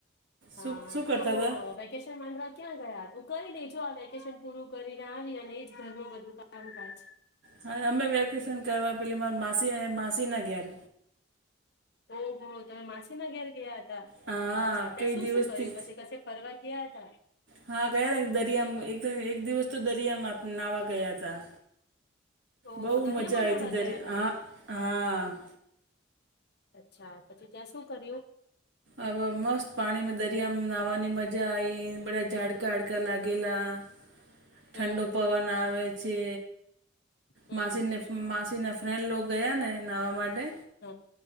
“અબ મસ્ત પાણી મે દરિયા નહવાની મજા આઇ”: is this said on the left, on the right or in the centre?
Right